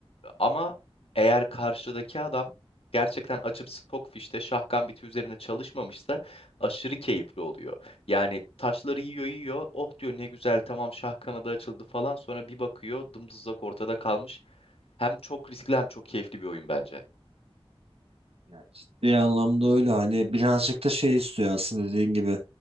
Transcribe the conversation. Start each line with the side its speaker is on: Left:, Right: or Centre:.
Left: Ama eğer karşıdaki adam gerçekten açıp Stockfish'te şahkan biti üzerine çalışmamışsa aşırı keyifli oluyor. Yani taşları yiyor yiyor. Oh diyor ne güzel tamam şah kanadı açıldı falan. Sonra bir bakıyor dımdızlak ortada kalmış. Hem çok riskli hem çok keyifli bir oyun bence.
Right: Ya ciddi anlamda öyle hani birazcık da şey istiyor aslında dediğin gibi